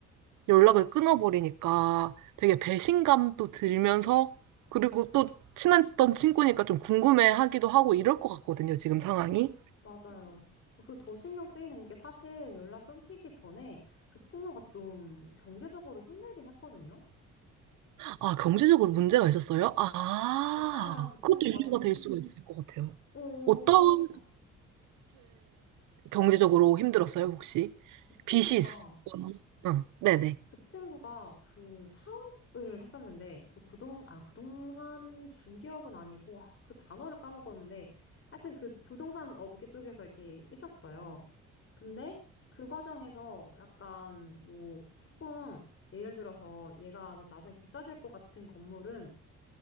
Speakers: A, on the right (about 85°); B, on the left (about 45°).
A: 연락을 끊어버리니까 되게 배신감도 들면서 그리고 또 친했던 친구니까 좀 궁금해하기도 하고 이럴 것 같거든요, 지금 상황이.
B: 맞아요. 그리고 더 신경 쓰이는 게 사실 연락 끊기기 전에 그 친구가 좀 경제적으로 힘들긴 했거든요.
A: 아, 경제적으로 문제가 있었어요? 아,
B: 약간 그 친구가
A: 그것도 이유가
B: 좀,
A: 될 수가 있을 것 같아요.
B: 어,
A: 어떻게
B: 그니까.
A: 경제적으로 힘들었어요, 혹시?
B: 그 친구가
A: 빚이 있거나? 응, 네네.
B: 그 친구가 그 사업을 했었는데 그 부동 아 부동산 중개업은 아니고 아, 그 단어를 까먹었는데 하여튼 그 부동산 업계 쪽에서 이렇게 있었어요. 근데 그 과정에서 약간 뭐 조금 예를 들어서 얘가 좀 나중에 비싸질 것 같은 건물은